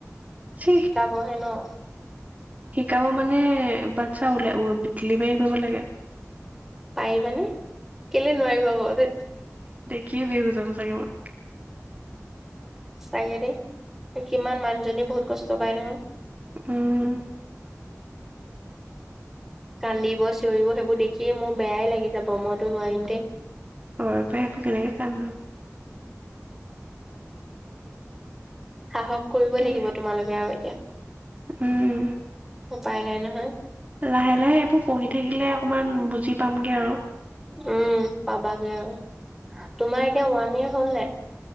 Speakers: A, on the right; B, in the centre.
A: চিহ।
B: অ', হেল্ল '।
A: শিকাব মানে, বাচ্ছা ওলাই ডেলিভাৰী কৰিব লাগে।
B: পাৰিবা নে, কেলে নোৱাৰিবা বাৰু
A: কি বেহুজ হ'ম চাগে মই।
B: চাগে দেই, কিমান মানুহজনীয়ে বহুত কষ্ট পায় নহয়।
A: উম।
B: কান্দিব, চিঞৰিব সেইবোৰ দেখিয়ে মোৰ বেয়াই লাগি যাব মইতো নোৱাৰিম দেই।
A: অ', পাই এইবোৰ কেনেকে চাম ন।
B: সাহস কৰিব
A: তাকে
B: লাগিব তোমালোকে আৰু এতিয়া।
A: উম।
B: উপায় নাই নহয়।
A: লাহে, লাহে এইবোৰ পঢ়ি থাকিলে অকমান বুজি পামগে আৰু।
B: উম পাবাগে আৰু, তোমাৰ এতিয়া ওৱান ইয়েৰ হ'ল নে?